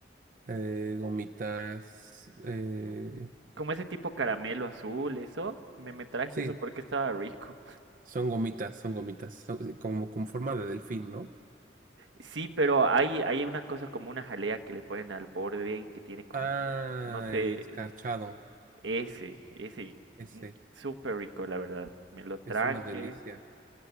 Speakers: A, on the right (about 45°); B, on the right (about 75°).
A: eh, gomitas. eh,
B: Como ese tipo caramelo azul, eso. Me, me traje
A: sí,
B: eso porque estaba rico.
A: son gomitas, son gomitas. son sí, como con forma de delfín, ¿no?
B: Sí, pero hay, hay una cosa como una jalea que le ponen al borde y que tiene como,
A: Ah,
B: no sé,
A: el escarchado.
B: ese, ese.
A: Ese
B: mm, Súper rico, la verdad. Me lo traje.
A: es una delicia.